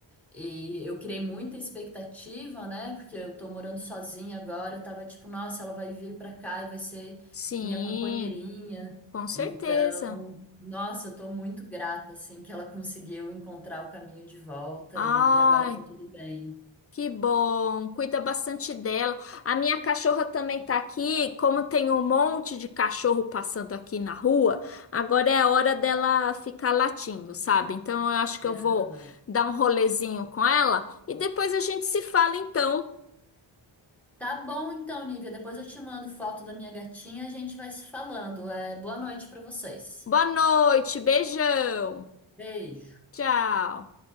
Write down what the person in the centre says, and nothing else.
E eu criei muita expectativa, né? Porque eu tô morando sozinha agora. Eu tava tipo, nossa, ela vai vir pra cá e vai ser
minha companheirinha.
Então, nossa, eu tô muito grata, assim, que ela conseguiu encontrar o caminho de volta
e, e agora tá tudo bem.
Aham.
Tá bom então, Nívia. Depois eu te mando foto da minha gatinha, a gente vai se falando. É, boa noite pra vocês.
Beijo.